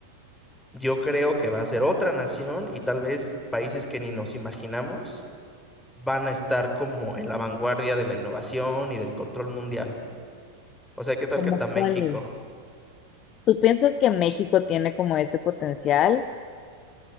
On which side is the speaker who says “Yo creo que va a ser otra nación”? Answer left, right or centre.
Centre